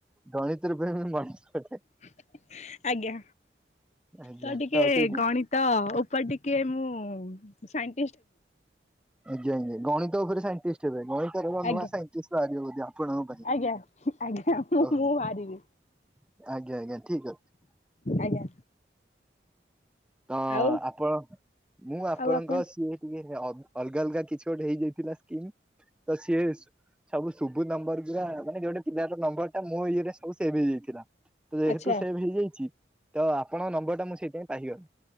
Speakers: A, in the centre; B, on the left (about 40°).
A: ଗଣିତରେ। <unintelligible>
B: <inaudible> ଆଜ୍ଞା
A: ଆଜ୍ଞା
B: ତ ଟିକେ
A: ସେଇଠି
B: ଗଣିତ ଉପରେ ଟିକେ ମୁଁ ଉଁ ସାଇ
A: ଆଜ୍ଞା ଆଜ୍ଞା ଗଣିତ ଉପରେ ସାଇନଟିଷ୍ଟ ହେବେ? ମଣଟର ଏ
B: ଆଜ୍ଞା
A: ନୂଆ ସାଇନଟିଷ୍ଟ ବାହାରିବେ ବୋଧେ ଆପଣଙ୍କ ପାଇଁ।
B: ଆଜ୍ଞା ଆଜ୍ଞା ମୁଁ
A: ଓହୋ
B: ମୁଁ ବାହାରିବି
A: ଆଜ୍ଞା ଆଜ୍ଞା ଠିକ ଅଛି।
B: ଆଜ୍ଞା।
A: ତ
B: ଆଉ
A: ଆପଣ ମୁଁ ଆପଣଙ୍କ
B: ଆଉ ଆପଣ
A: ସିଏ ଟିକେ ଅ ଅଲଗା ଅଲଗା କିଛି ଗୋଟେ ହେଇଯାଇଥିଲା ସ୍କିମ ତ ସିଏ ସବୁ ଶୁବୁ ନମ୍ବର ଗୁରା ମାନେ ଯୋଉଟା ପିଲାର ନମ୍ବର ଟା ମୋ ଇଏରେ ସବୁ ସେଭ ହେଇଯାଇଥିଲା। ତ ଯେହେତୁ
B: ଆଚ୍ଛା
A: ସେଭ ହେଇଯାଇଛି ତ ଆପଣଙ୍କ ନମ୍ବର ଟା ମୁଁ ସେଇଥିପାଇଁ ପାହିଗ